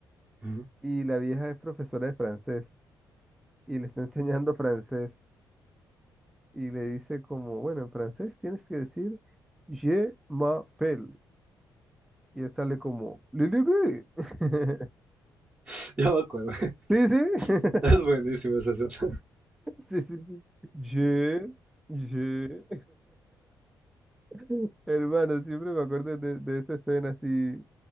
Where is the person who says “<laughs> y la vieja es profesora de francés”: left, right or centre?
Centre